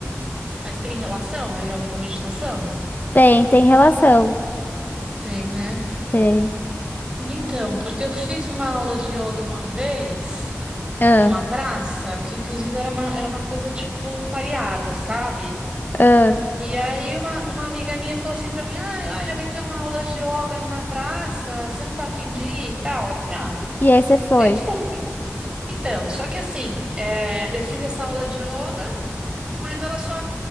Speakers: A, on the right; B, on the left.
A: Mas tem relação a yoga com a meditação?
B: tem, tem relação.
A: Tem, né?
B: Tem.
A: Então, porque eu fiz uma aula de yoga uma vez,
B: Ah,
A: numa praça, que inclusive era uma, era uma coisa tipo voluntariada, sabe?
B: ah.
A: E aí uma, uma amiga minha falou assim pra mim, ah, olha, vai ter uma aula de yoga numa praça, você não tá afim de ir e tal? Eu falei, ah,
B: E aí você foi?
A: aí eu fui. Então, só que assim, é, eu fiz essa aula de yoga, mas ela só